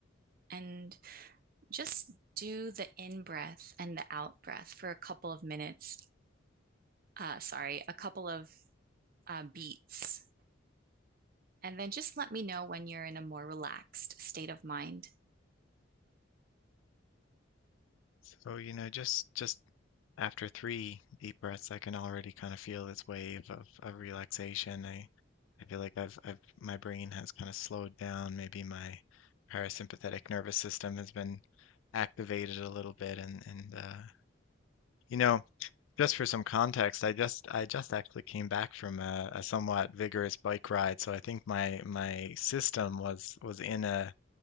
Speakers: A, on the right; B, on the left.
A: and just do the in breath and the out breath for a couple of minutes. Uh, sorry, a couple of uh, beats. And then just let me know when you're in a more relaxed state of mind.
B: So, you know, just just after three deep breaths, I can already kind of feel this wave of, of relaxation. I I feel like I've I've my brain has kind of slowed down. Maybe my parasympathetic nervous system has been activated a little bit and and uh, you know, just for some context, I just I just actually came back from a, a somewhat vigorous bike ride, so I think my my system was was in a